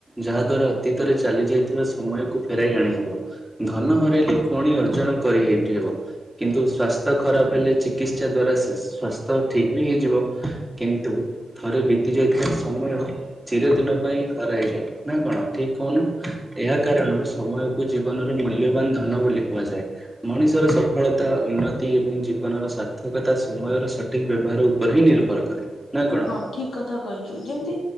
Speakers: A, in the centre; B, on the left.
A: ଯାହା ଦ୍ଵାରା ଅତୀତରେ ଚାଲି ଯାଇଥିବା ସମୟକୁ ଫେରାଇ ଆଣିହବ। ଧନ ହରାଇଲେ ଫୁଣି ଅର୍ଜନ କରି ହେଇାପାରିବ କିନ୍ତୁ ସ୍ଵାସ ସ୍ୱାସ୍ଥ୍ୟ ଖରାପ ହେଲେ ଚିକିତ୍ସା ଦ୍ଵାରା ସେ ସ୍ୱାସ୍ଥ୍ୟ ଠିକ ବି ହେଇଯିବ କିନ୍ତୁ ଥରେ ବିତି ଯାଇଥିବା ସମୟ ଚିର ଦିନ ପାଇଁ ହରାଇଯାଏ ନା କଣ ଠିକ କହୁନୁ। ଏହା କାରଣରୁ ସମୟକୁ ଜୀବନର ମୂଲ୍ୟବାନ ଧନ ବୋଲି କୁହାଯାଏ। ମଣିଷର ସଫଳତା ଉନ୍ନତି ତି ଏବଂ ଜୀବନର ସାର୍ଥକତା ସମୟର ସଠିକ ବ୍ୟବହାର ଉପରେ ହିଁ ନିର୍ଭର କରେ ନା କଣ?
B: ଠିକ କଥା କହିଛୁ ଯେମତି